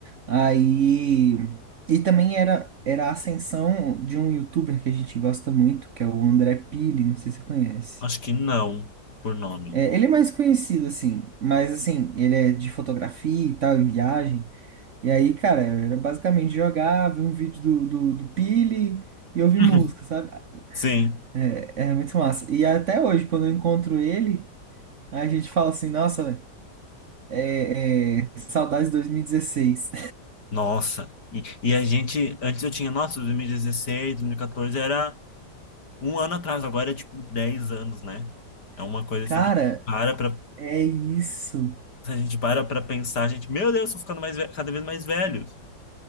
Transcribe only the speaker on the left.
acho que não, por nome.
<laughs>
Sim.
Nossa, e, e a gente, antes eu tinha, nossa, 2016, 2014 era um ano atrás, agora é tipo 10 anos, né? É uma
coisa assim
que a gente para pra,
se a gente para pra pensar, a gente, meu Deus, tô ficando mais ve- cada vez mais velho.